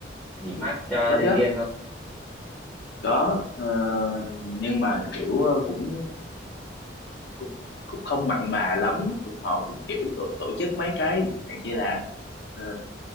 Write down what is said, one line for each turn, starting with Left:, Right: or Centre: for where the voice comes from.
Centre: nghỉ mát cho
Left: có
Centre: nhân
Left: chứ
Centre: viên không?
Left: có ờ, nhưng mà kiểu ờ, cũng cũng cũng không mặn mà lắm cũng họ cũng kiểu tổ tổ chức mấy cái dạng như là ờ,